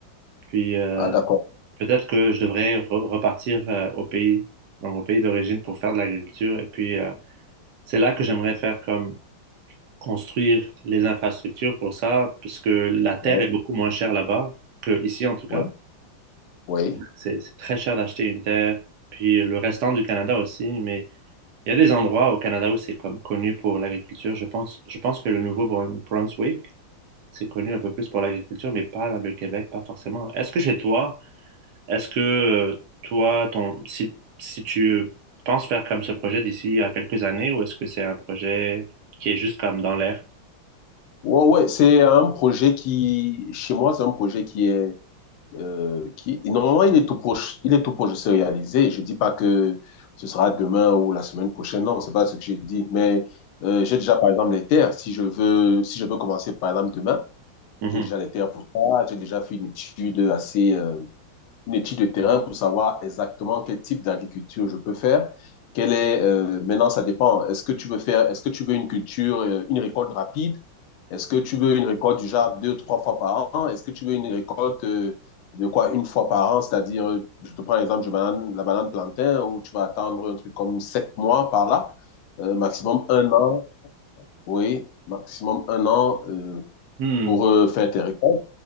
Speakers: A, on the right; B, on the left.
A: Puis euh,
B: Ah, d'accord.
A: peut-être que je devrais re- repartir euh, au pays, donc au pays d'origine pour faire de l'agriculture. Et puis euh, c'est là que j'aimerais faire comme construire les infrastructures pour ça, puisque la terre
B: Oui,
A: est beaucoup moins chère là-bas que ici en tout cas.
B: oui. Ouais, ouais.
A: C'est c'est très cher d'acheter une terre, puis le restant du Canada aussi, mais Il y a des endroits au Canada où c'est comme connu pour l'agriculture. Je pense, je pense que le Nouveau-Brunswick, c'est connu un peu plus pour l'agriculture, mais pas le Québec, pas forcément. Est-ce que chez toi, est-ce que euh, toi, ton, si, si tu penses faire comme ce projet d'ici à quelques années, ou est-ce que c'est un projet qui est juste comme dans l'air?
B: Ouais, ouais, C'est un projet qui, chez moi, c'est un projet qui est, euh, qui normalement il est tout proche, il est tout proche de se réaliser. Je dis pas que ce sera demain ou la semaine prochaine, non, c'est pas ce que j'ai dit. Mais euh, j'ai déjà par exemple les terres. Si je veux, si je veux commencer par exemple demain,
A: Mhm.
B: j'ai déjà les terres pour ça. J'ai déjà fait une étude assez euh, une étude de terrain pour savoir exactement quel type d'agriculture je peux faire. Quelle est, euh, maintenant, ça dépend. Est-ce que tu veux faire, est-ce que tu veux une culture, euh, une récolte rapide? Est-ce que tu veux une récolte du genre deux, trois fois par an? Est-ce que tu veux une récolte euh, de quoi une fois par an? C'est-à-dire, euh, je te prends l'exemple de banane, la banane plantain où tu vas attendre un truc comme sept mois par là, euh, maximum un an, oui, maximum un an euh,
A: Hmm.
B: pour euh, faire tes récoltes.